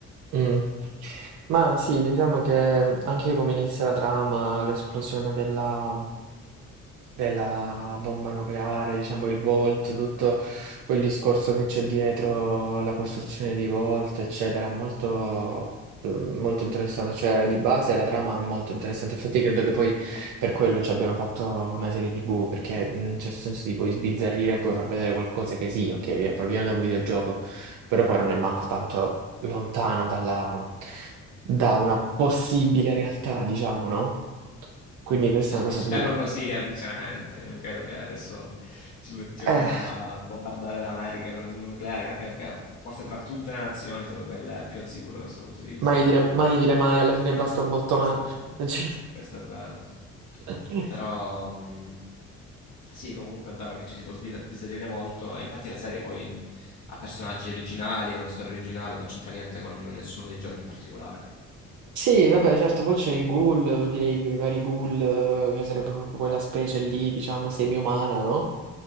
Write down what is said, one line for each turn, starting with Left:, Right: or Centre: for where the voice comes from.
Right: Mm. Ma sì, diciamo che anche come inizia la trama, l'esplosione della della bomba nucleare, diciamo il Volt, tutto quel discorso che c'è dietro alla costruzione di Volt, eccetera, è molto, eh, molto interessante. Cioè, di base la trama è molto interessante. Infatti, credo che poi per quello ci abbiano fatto una serie TV, perché in un certo senso ti puoi sbizzarrire e puoi far vedere qualcosa che sì, ok, vi- proviene da un videogioco, però poi non è manco tanto lontano dalla, da una possibile realtà, diciamo, no? Quindi questa
Left: Eh,
Right: è una
Left: E
Right: cosa
Left: spero
Right: figa.
Left: lo sia, sinceramente. Io non credo che adesso ci, met- ci mettiamo
Right: Eh.
Left: a bombardare l'America con le bombe nucleari, anche perché forse tra tutte le nazioni sono quelle più al sicuro da questo punto di vista.
Right: Mai dire mai, dire mai, alla fine
Left: Ma
Right: basta un
Left: <laughs>
Right: bottone.
Left: questo è vero.
Right: <laughs> Cioè,
Left: Questo è vero.
Right: eh.
Left: Però mh, sì, comunque è vero che ci si può sbir- sbizzarrire molto e infatti la serie poi ha personaggi originali, è una storia originale, non c'entra niente con nessuno dei giochi in particolare.
Right: Sì, vabbè, certo, poi c'è il ghoul, per dire i, i vari ghoul, eh, che sarebbe proprio quella specie lì, diciamo, semi-umana, no?